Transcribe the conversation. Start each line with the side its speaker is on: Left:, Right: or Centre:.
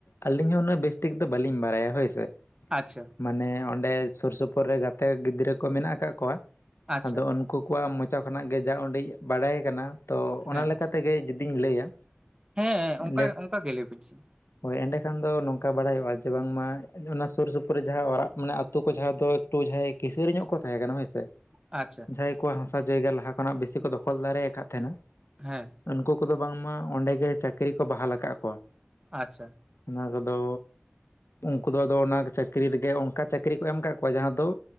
Left: ᱟᱹᱞᱤᱧ ᱦᱚᱸ ᱩᱱᱟᱹᱜ ᱵᱮᱥᱴᱷᱤᱠ ᱫᱚ ᱵᱟᱹᱞᱤᱧ ᱵᱟᱲᱟᱭᱟ ᱦᱳᱭ ᱥᱮ᱾
Right: ᱟᱪᱪᱷᱟ᱾
Left: ᱢᱟᱱᱮ ᱚᱸᱰᱮ ᱥᱩᱨ ᱥᱩᱯᱩᱨ ᱨᱮ ᱜᱟᱛᱮ ᱜᱤᱫᱽᱨᱟᱹ ᱠᱚ ᱢᱮᱱᱟᱜ ᱟᱠᱟᱫ ᱠᱚᱣᱟ
Right: ᱟᱪᱪᱷᱟ
Left: ᱟᱫᱚ ᱩᱱ᱾ ᱩᱱᱠᱩ ᱠᱚᱣᱟᱜ ᱢᱚᱪᱟ ᱠᱷᱚᱱᱟᱜ ᱜᱮ ᱡᱟ ᱚᱸᱰᱤ ᱵᱟᱰᱟᱭ ᱠᱟᱱᱟ ᱛᱚ ᱚᱱᱟ
Right: ᱦᱮᱸ
Left: ᱞᱮᱠᱟᱛᱮᱜᱮ ᱡᱩᱫᱤᱧ ᱞᱟᱹᱭᱟ᱾
Right: ᱦᱮᱸ
Left: ᱮᱸᱰᱮ
Right: ᱚᱱᱠᱟ ᱚᱱᱠᱟ ᱜᱮ ᱞᱟᱹᱭᱵᱤᱱ ᱥᱮ᱾
Left: ᱦᱳᱭ ᱮᱸᱰᱮᱠᱷᱟᱱ ᱫᱚ ᱱᱚᱝᱠᱟ ᱵᱟᱲᱟᱭᱚᱜᱼᱟ ᱡᱮ ᱵᱟᱝᱢᱟ ᱚᱱᱟ ᱥᱩᱨ ᱥᱩᱯᱩᱨ᱾ ᱛᱚᱨᱮ ᱡᱟᱦᱟᱸ ᱚᱲᱟᱜ ᱢᱮ ᱟᱹᱛᱩᱳ ᱠᱚ ᱡᱟᱦᱟᱸ ᱫᱚ ᱮᱠᱴᱩ ᱡᱟᱦᱟᱸᱭ ᱠᱤᱥᱟᱹᱲᱤ ᱧᱚᱜ ᱠᱚ ᱛᱟᱦᱮᱸ ᱠᱟᱱᱟ ᱦᱳᱭ ᱥᱮ᱾
Right: ᱟᱪᱪᱷᱟ᱾
Left: ᱡᱟᱦᱟᱸᱭ ᱠᱚᱣᱟᱜ ᱦᱟᱥᱟ ᱡᱟᱭᱜᱟ ᱞᱟᱦᱟ ᱠᱷᱚᱱᱟᱜ ᱵᱮᱥᱤ ᱠᱚ ᱫᱚᱠᱷᱚᱞ ᱫᱟᱲᱮᱭᱟ ᱟᱠᱟᱫ ᱛᱟᱦᱮᱱᱟ᱾
Right: ᱦᱮᱸ᱾
Left: ᱩᱱᱠᱩ ᱠᱚᱫᱚ ᱵᱟᱝᱢᱟ ᱚᱸᱰᱮᱜ ᱜᱮ ᱪᱟᱹᱠᱨᱤ ᱠᱚ ᱵᱟᱦᱟᱞ ᱟᱠᱟᱫ ᱠᱚᱣᱟ᱾
Right: ᱟᱪᱪᱷᱟ᱾
Left: ᱚᱱᱟ ᱠᱚᱫᱚ ᱩᱱᱠᱩ ᱫᱚ ᱟᱫᱚ ᱚᱱᱟ ᱪᱟᱹᱠᱨᱤ ᱨᱮᱜᱮ ᱚᱱᱠᱟ ᱪᱟᱹᱠᱨᱤ ᱠᱚ ᱮᱢ ᱠᱟᱫ ᱠᱚᱣᱟ ᱡᱟᱦᱟᱸ ᱫᱚ᱾